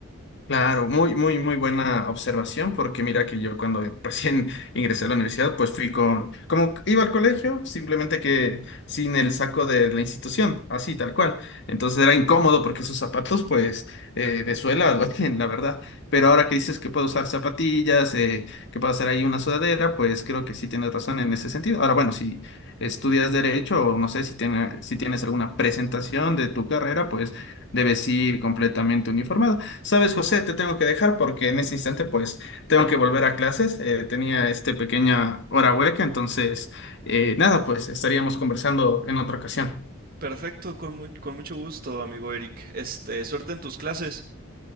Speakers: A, on the left (about 60°); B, on the right (about 45°).
A: Claro, muy, muy, muy buena observación, porque mira que yo cuando <laughs> recién ingresé a la universidad, pues fui con, como iba al colegio, simplemente que sin el saco de la institución, así tal cual. Entonces era incómodo porque esos zapatos, pues, eh, de suela, <laughs> duelen, la verdad. Pero ahora que dices que puedo usar zapatillas, eh, que puedo hacer ahí una sudadera, pues creo que sí tienes razón en ese sentido. Ahora, bueno, si estudias derecho o no sé si, tiene- si tienes alguna presentación de tu carrera, pues debes ir completamente uniformado. Sabes, José, te tengo que dejar porque en ese instante pues tengo que volver a clases. eh, tenía este pequeña hora hueca, entonces eh, nada, pues estaríamos conversando en otra ocasión.
B: Perfecto, con, mu- con mucho gusto, amigo Eric. Este, suerte en tus clases.